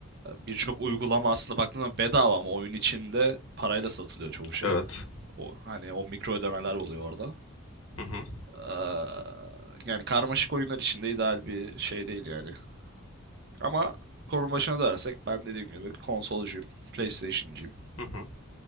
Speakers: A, on the right (about 50°); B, on the left (about 75°).
A: birçok uygulama aslında baktığında bedava ama oyun içinde parayla satılıyor çoğu şey.
B: Evet.
A: O, hani o mikro ödemeler oluyor orada.
B: Hı hı.
A: Aa, yani karmaşık oyunlar için de ideal bir şey değil yani. Ama konu başına dönersek ben dediğim gibi konsolcuyum, PlayStation'cıyım.
B: Hı hı.